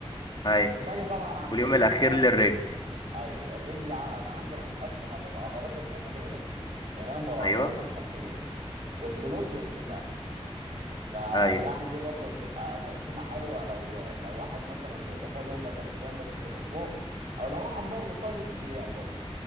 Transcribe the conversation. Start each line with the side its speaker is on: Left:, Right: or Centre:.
Left: ايوه
Right: وتجي طبعا عند
Left: واليوم
Right: الرجل
Left: الاخير
Right: بقى
Left: للرجل
Right: ايوه الرجل ع- عندنا متقسمه للعضلات الاماميه تمام والعضلات
Left: ايوه
Right: الخلفيه والجلوتس والسمانه فيعني
Left: ايوه
Right: دي برضه بتبقى تقسيمه حلوه لو لو واحد مثلا بيبقى فاضي هم ثلاث ايام بس في الاسبوع او لو واحد برضه فاضي ست ايام برضه